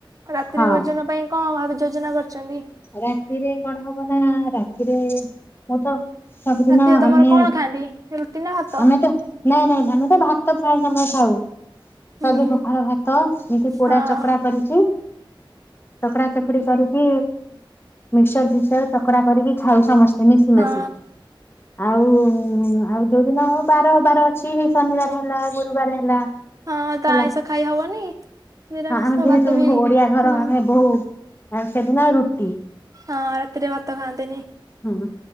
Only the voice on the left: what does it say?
ହଁ
ରାତିରେ କଣ ହବ ନା ରାତିରେ ମୁଁ ତ ସବୁଦିନ
ଆମେ
ଆମେ ତ ନାଇଁ ନାଇଁ ଆମେ ତ ଭାତ ଖାଉ ଏ ସମୟ ଥାଉ।
ସଜ ପଖାଳ ଭାତ ଏମିତି ପୋଡା
ଚକଡା କରିକି। ଚକଡ଼ା ଚକୁଡି କରିକି। ମିକ୍ସର ଫିକ୍ସର ଚକଡା କରିକି ଖାଉ ସମସ୍ତେ ମିଶି
ମିଶିକି। ଆଉ ଆଉ ଯୋଉଦିନ ଆଉ ବାର ବାର ଅଛି ଶନିବାର ହେଲା ଗୁରୁବାର ହେଲା
ହେଲା
ଆମେ ଯେହେତୁ
ଓଡିଆ ଘର
ଆମେ ବହୁ। ଆଉ ସେଦିନ ରୁଟି।
ହୁଁ।